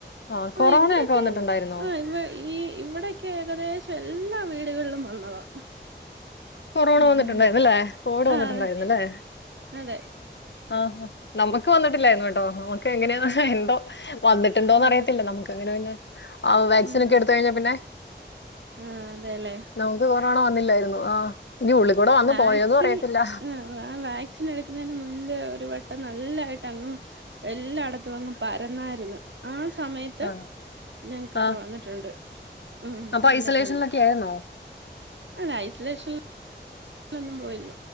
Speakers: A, on the left (about 75°); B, on the right (about 80°).
A: ആ കൊറോണയൊക്കെ
B: ആഹ് ഇവിടൊക്കെ
A: വന്നിട്ടുണ്ടായിരുന്നോ?
B: ആഹ് ഇവ ഈ ഇവിടെക്കെ ഏകദേശം എല്ലാ വീടുകളിലും വന്നതാ.
A: കൊറോണ
B: ആഹ്
A: വന്നിട്ടുണ്ടായിരുന്നല്ലേ. കോവിഡ് വന്നിട്ടുണ്ടായിരുന്നല്ലെ.
B: അതെ അതെ
A: ആഹ് നമ്മുക്ക് വന്നിട്ടില്ലായിരുന്നു കേട്ടോ. നമ്മുക്ക് എങ്ങനെയാ എന്തോ വന്നിട്ടുണ്ടോന്ന് അറയത്തില്ല
B: ആഹ്
A: നമുക്ക് ങ്ങനെ പിന്നെ <unintelligible> ആ വാക്സിനൊക്കെ
B: ആഹ്
A: എടുത്തഴിഞ്ഞ പിന്നെ
B: ആഹ് അതെല്ലേ
A: നമുക്ക് കൊറ നണം വന്നില്ലായിരുന്നോ ആഹ്. ഇനി ഉള്ളിക്കൂടെ വന്ന്
B: വാക്സിൻ
A: പോയോന്നും അറിയത്തില്ല
B: ആ ആ വാക്സിനെ ടുക്കുന്നതിന് മു ഒരു വട്ടം നല്ലായിട്ട് അങ്ങ് എല്ലായിടത്തും അങ്ങ് പരന്നായിര്ന്ന് ആ സമയത്ത്
A: ആഹ്
B: ഞങ്ങക്കൊക്കെ
A: ആഹ്
B: വന്നിട്ട്ണ്ട് <inaudible> ഉം
A: അപ്പൊ
B: വന്നിട്ടുണ്ട്
A: ഐസൊലേഷനിലൊക്കെ ആയിരുന്നോ
B: അല്ല ഐസൊലേഷൻ ന്നും പോയില്ല